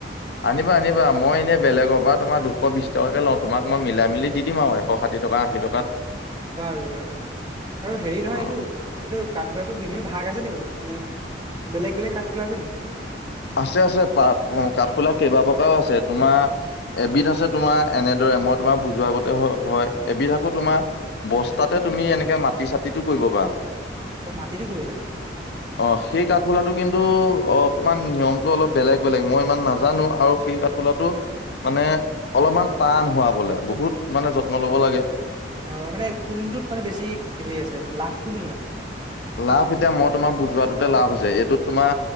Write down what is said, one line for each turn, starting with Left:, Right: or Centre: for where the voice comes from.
Left: আনিবা আনিবা, মই এনেই বেলেগ পা তোমাৰ দুশ বিশ টকাকে লওঁ, তোমাক মই মিলাই মেলি দি দিম আৱ এ এশ ষাঠি টকা, আশী টকাত।
Right: বাৰু বাৰু, আৰু হেৰি
Left: অ
Right: নহয় এইটো এইটো কাঠফুলাতো বিভিন্ন ভাগ আছে নি বাও? মানে বেলেগ বেলেগ কাঠফুলা আছে নি?
Left: আছে আছে পা-কাঠফুলা কেইবা প্ৰকাৰও আছে, তোমাৰ এবিধ আছে তোমাৰ এনেদৰে মই তোমাৰ বুজোৱাৰ গতে হয়, এবিধ আকৌ তোমাৰ বস্তাতে তুমি এনেকে মাটি চাতিটো কৰিব পাৰা।
Right: অ', মাতিটো কৰিব পাৰি?
Left: অ', সেই কাঠফুলাটো কিন্তু অ', অকমান নিয়মতটো অলপ বেলেগ বেলেগ, মই ইমান নাজানো আৰু সেই কাঠফুলাটো মানে অলপমান টান হোৱা বলে, বহুত মানে যত্ন ল'ব লাগে।
Right: হয় মানে কোনটোত মানে বেছি হেৰি আছে লাভ কোনটোত হয়?
Left: লাভ এতিয়া মই তোমাক বুজোৱাটোতে লাভ আছে, এইটোত তোমাৰ